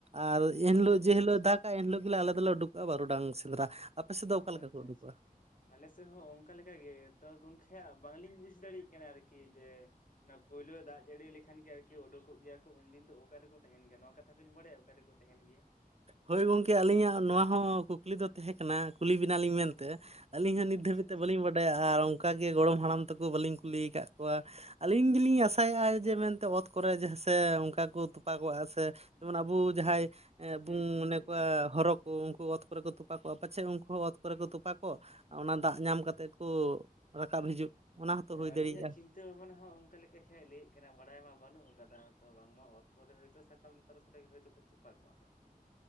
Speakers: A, on the right (about 45°); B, on the left (about 60°).
A: ᱟᱨᱼᱼ ᱮᱱ
B: ᱚ
A: ᱦᱤᱞᱳᱜ
B: ᱟᱪᱪᱷᱟ
A: ᱡᱮ ᱦᱤᱞᱳᱜ
B: ᱟᱪᱪᱷᱟ
A: ᱫᱟᱜᱟ ᱮᱱ ᱦᱤᱞᱳᱜ ᱜᱮ ᱟᱞᱮ ᱫᱚᱞᱮ ᱩᱰᱩᱠᱚᱜᱼᱟ ᱵᱟᱨᱩ ᱰᱟᱝ ᱥᱮᱸᱫᱽᱨᱟ᱾ ᱟᱯᱮ ᱥᱮᱫ ᱫᱚ
B: ᱚ
A: ᱚᱠᱟ ᱞᱮᱠᱟ
B: ᱟᱪᱪᱷᱟ
A: ᱠᱚ ᱩᱰᱩᱠᱚᱜᱼᱟ?
B: ᱟᱪᱪᱷᱟ ᱟᱞᱮ ᱥᱮᱫ ᱦᱚᱸ ᱚᱱᱠᱟ ᱞᱮᱠᱟᱜᱮ ᱛᱚ ᱜᱚᱢᱠᱮ ᱵᱟᱝᱞᱤᱧ ᱵᱩᱡ ᱫᱟᱲᱮᱭᱟᱜ ᱠᱟᱱᱟ ᱟᱨᱠᱤ ᱡᱮᱼᱼ ᱚᱱᱟ ᱯᱳᱭᱞᱳ ᱫᱟᱜ ᱡᱟᱹᱲᱤ ᱞᱮᱠᱷᱟᱱ ᱜᱮ ᱟᱨᱠᱤ ᱩᱰᱩᱠᱚᱜ ᱜᱮᱭᱟ ᱠᱚ ᱩᱱᱫᱤᱱ ᱫᱚ ᱚᱠᱟ ᱨᱮᱠᱚ ᱛᱟᱦᱮᱱ ᱜᱮᱭᱟ ᱱᱚᱣᱟ ᱠᱟᱛᱷᱟ ᱵᱤᱱ ᱵᱟᱲᱟᱭᱟ ᱚᱠᱟ ᱨᱮᱠᱚᱼᱼ ᱛᱟᱦᱮᱱ ᱜᱮᱭᱟ᱾
A: ᱦᱳᱭ ᱜᱚᱢᱠᱮ ᱟᱹᱞᱤᱧᱟᱜ ᱱᱚᱣᱟ ᱦᱚᱸ ᱠᱩᱠᱞᱤ ᱫᱚ ᱛᱟᱦᱮᱸ ᱠᱟᱱᱟ ᱠᱩᱞᱤ ᱵᱮᱱᱟᱞᱤᱧ ᱢᱮᱱᱛᱮᱼᱼ ᱟᱹᱞᱤᱧ ᱦᱚᱸ
B: ᱚ
A: ᱱᱤᱛ
B: ᱟᱪᱪᱷᱟ
A: ᱫᱷᱟᱹᱵᱤᱡ
B: ᱟᱪᱪᱷᱟ
A: ᱛᱮ ᱵᱟᱹᱞᱤᱧ ᱵᱟᱰᱟᱭᱟ ᱟᱨ ᱚᱱᱠᱟᱜᱮ ᱜᱚᱲᱚᱢ ᱦᱟᱲᱟᱢ ᱛᱟᱠᱚ ᱵᱟᱹᱞᱤᱧ ᱠᱩᱞᱤ ᱟᱠᱟᱫ ᱠᱚᱣᱟᱼᱼ ᱟᱹᱞᱤᱧ ᱜᱮᱞᱤᱧ ᱟᱥᱟᱭᱮᱫᱼᱟ ᱡᱮ ᱢᱮᱱᱛᱮ ᱚᱛ ᱠᱚᱨᱮ ᱥᱮ ᱚᱱᱠᱟ ᱠᱚ ᱛᱚᱯᱟ ᱠᱚᱚᱜᱼᱟ ᱥᱮᱼᱼ ᱡᱮᱢᱚᱱ ᱟᱵᱚ ᱡᱟᱦᱟᱸᱭ ᱵᱚᱱ
B: ᱦᱩᱸ ᱦᱩᱸ
A: ᱢᱚᱱᱮ
B: ᱦᱩᱸ
A: ᱠᱚᱣᱟ
B: ᱦᱩᱸ
A: ᱦᱚᱨᱚᱜᱼᱼ ᱠᱚ ᱩᱱᱠᱩ ᱚᱛ ᱠᱚᱨᱮ ᱠᱚ ᱛᱚᱯᱟᱠᱚᱜᱼᱟ ᱯᱟᱪᱷᱮᱫ ᱩᱱᱠᱩ ᱦᱚᱸ ᱚᱛ ᱠᱚᱨᱮ ᱠᱚ ᱛᱚᱯᱟ ᱠᱚᱜ ᱚᱱᱟ ᱫᱟᱜ ᱧᱟᱢ ᱠᱟᱛᱮᱫ ᱠᱚ ᱨᱟᱠᱟᱵ ᱦᱤᱡᱩᱜ ᱚᱱᱟ ᱦᱚᱸᱛᱚ
B: ᱦᱮᱸ
A: ᱦᱩᱭ
B: ᱟᱞᱤᱧᱟᱜ
A: ᱫᱟᱲᱮᱭᱟᱜᱼᱟ
B: ᱪᱤᱱᱛ ᱪᱤᱱᱛᱟᱹ ᱵᱷᱟᱵᱱᱟ ᱦᱚᱸ ᱚᱱᱠᱟ ᱞᱮᱠᱟ ᱠᱷᱟᱱ ᱞᱟᱹᱭᱮᱫ ᱠᱟᱱᱟ ᱵᱟᱲᱟᱭ ᱢᱟ ᱵᱟᱹᱱᱩᱜ ᱟᱠᱟᱫᱟ ᱛᱚ ᱵᱟᱝᱢᱟ ᱚᱛ ᱠᱚᱨᱮ ᱦᱳᱭᱛᱳ <unintelligible> ᱼᱼ <unintelligible> ᱜᱚᱴᱟ ᱜᱮ ᱦᱚᱭᱛᱚ ᱠᱚ ᱛᱚᱯᱟᱜᱚᱜᱼᱟ ᱦᱟᱸᱜᱼᱼ